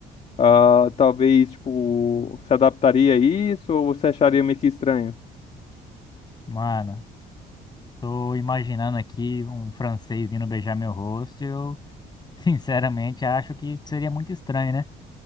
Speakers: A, on the left (about 40°); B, on the left (about 25°).
A: ah, talvez, tipo, se adaptaria a isso ou você acharia meio que estranho?
B: Mano, tô imaginando aqui um francês vindo beijar meu rosto. e Eu <laughs> sinceramente acho que seria muito estranho, né?